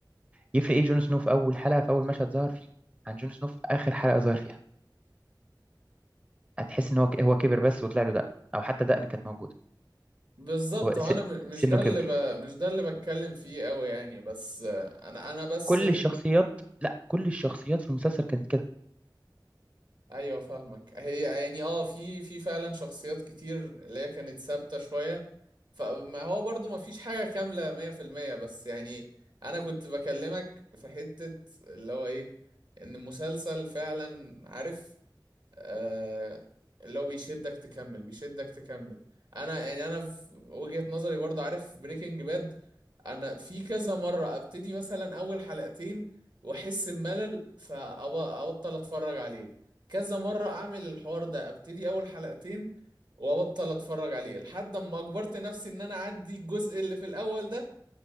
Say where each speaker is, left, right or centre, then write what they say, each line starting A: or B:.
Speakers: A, on the right; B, on the right.
A: يفرق ايه جون سنو في أول حلقة في أول مشهد ظهر فيه عن جون سنو في آخر حلقة ظهر فيها هتحس ان هو ك- هو كبر بس وطلع له دقن أو حتى دقن كانت موجودة
B: بالظبط
A: هو
B: هو
A: س-
B: انا م- مش
A: سنه
B: ده
A: كبر
B: اللي ب... مش ده اللي بتكلم فيه قوي يعني بس آه، انا انا بس
A: كل الشخصيات لا كل الشخصيات في المسلسل كانت كده
B: ايوه فاهمك هي يعني اه في في فعلا شخصيات كتير اللي هي كانت ثابته شويه فما هو برضو ما فيش حاجه كامله 100% بس يعني انا كنت بكلمك في حته اللي هو ايه ان المسلسل فعلا عارف آه، اللي هو بيشدك تكمل بيشدك تكمل انا يعني انا في وجهة نظري برضو عارف بريكنج باد انا في كذا مرة ابتدي مثلا اول حلقتين واحس بملل فابطل اتفرج عليه كذا مرة اعمل الحوار ده ابتدي اول حلقتين وابطل اتفرج عليه لحد اما اجبرت نفسي ان انا اعدي الجزء اللي في الاول ده